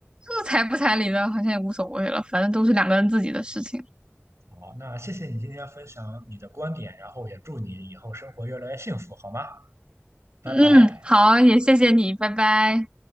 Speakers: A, on the right; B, on the right.
A: 个彩不彩礼的，好像也无所谓了，反正都是两个人自己的事情。
B: 好，那谢谢你今天分享你的观点，然后也祝你以后生活越来越幸福，好吗？拜拜。
A: 嗯，好，也谢谢你，拜拜。